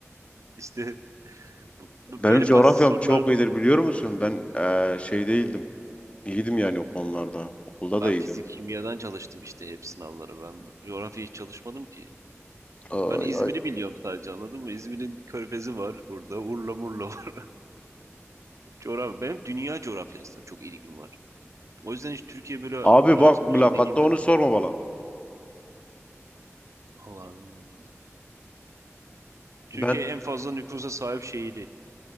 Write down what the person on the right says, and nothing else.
İşte bu- bu-
böyle
basit sorular
ben
fizik kimyadan çalıştım işte hep sınavları. Ben bu- coğrafya hiç çalışmadım ki.
Ben İzmir'i
biliyorum sadece anladın mı? İzmir'in körfezi var burada. Urla murla var. <laughs> Coğrafya. Benim dünya coğrafyasına çok ilgim var. O yüzden hiç Türkiye böyle
araştırma
şeyine girmedim.
Allah bilmiyorum Türkiye
en fazla nüfusa sahip şehri.